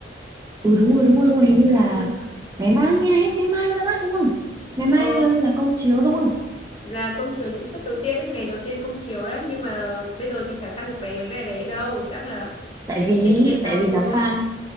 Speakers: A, on the right (about 20°); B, on the left (about 30°).
A: ừ đúng rồi đúng rồi đúng rồi hình như là
B: Ừ.
A: ngày mai hay đấy ngày mai ra mắt đúng không ngày mai
B: Ờ,
A: ờ, là công chiếu đúng không
B: là công chiếu những suất đầu tiên ấy, ngày đầu tiên công chiếu đấy, nhưng mà bây giờ thì chả săn được vé mấy ngày đấy đâu, chắc là
A: tại
B: chỉ đi
A: vì
B: xem những ngày sau
A: tại vì
B: thôi.
A: là fan